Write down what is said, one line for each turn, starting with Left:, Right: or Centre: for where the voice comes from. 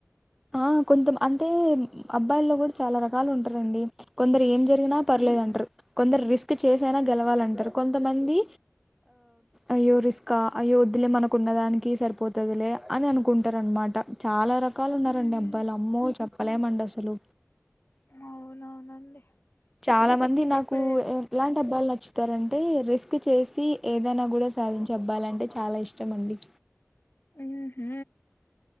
Centre: ఆ కొంతం అంటే అబ్బాయిల్లో కూడా చాలా రకాలు ఉంటారండి కొందరు ఏం జరిగినా
Left: మ్మ్.
Centre: పర్లేదు అంటారు కొందరు రిస్క్ చేసైనా గెలవాలంటారు కొంతమంది అయ్యో రిస్కా అయ్యో వద్లే మనకు దానికి సరిపోతుదిలే అని అనుకుంటారు అనమాట చాలా రకాల
Left: మ్మ్.
Centre: రండి అబ్బాయిలు అమ్మో చెప్పలేమండి అసలు
Left: అవునవునండి
Centre: చాలా మంది నాకు
Left: ఇప్పుడే
Centre: ఎలాంటి అబ్బాయిలు నచ్చుతారంటే రిస్క్ చేసి ఏదైనా కూడా సాధించి అవ్వాలంటే చాలా ఇష్టం అండి
Left: ఊ హు